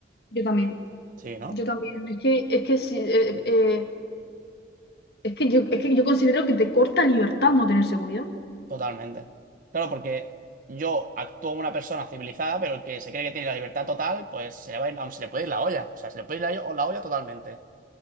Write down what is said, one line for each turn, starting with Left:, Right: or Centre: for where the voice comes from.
Left: yo también.
Right: Sí, ¿no?
Left: Yo también. Es que, es que sí, eh, eh, Es que yo, es que yo considero que te corta libertad no tener seguridad.
Right: Totalmente. Claro, porque yo actúo como una persona civilizada, pero el que se cree que tiene la libertad total, pues se le va a ir, vamos, se le puede ir la olla. O sea, se le puede ir la, o- la olla totalmente.